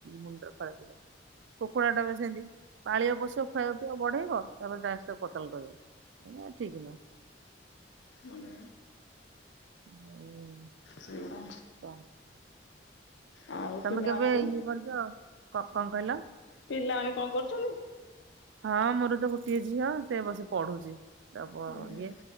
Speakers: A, on the right (about 75°); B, on the left (about 75°).
A: ମୁଣ୍ଡ ଖରାପ୍ ହେଇ ଯାଉଛି। କୁକୁଡ଼ାଟା ବି ସେମିତି ପାଳିବ ପୋଷିବ ଖୁଆଇବ ପିଆଇବ ବଢେଇବ ତାପରେ ଲାଷ୍ଟ୍ ରେ ତାକୁ କତଲ୍ କରିବ ଏଗୁରା ଠିକ ନୁହଁ।
B: <inaudible>
A: ହୁଁ
B: ସେଇଗୁଡା
A: <inaudible>
B: ଆଉ
A: ତମେ
B: ପିଲାମାନେ
A: କେବେ
B: କଣ
A: ଇଏ କରିଛ କ କଣ କହିଲ?
B: ପିଲାମାନେ କଣ କରୁଛନ୍ତି?
A: ହଁ ମୋର ତ ଗୋଟିଏ ଝିଅ ସେ ବସି ପଢୁଛି ତା ପ
B: ଓହୋ
A: ଇଏ